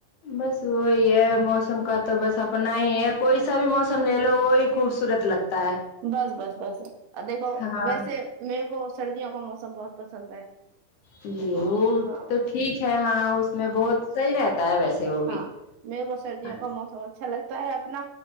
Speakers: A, on the left (about 70°); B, on the right (about 70°).
A: بس وہی ہے موسم کا تو بس اپنا ہی ہے کوئی سا بھی موسم لے لو وہی خوبصورت لگتا ہے
B: بس بس بس دیکھو
A: ہاں
B: ویسے میرے کو سردیوں کا موسم بہت پسند ہے
A: یہ وہ
B: ہاں
A: تو ٹھیک ہے ہاں اس میں بہت صحیح رہتا ہے ویسے وہ بھی
B: ہاں میرے کوو سردیوں
A: ہاں
B: کا موسم اچھا لگتا ہے اپنا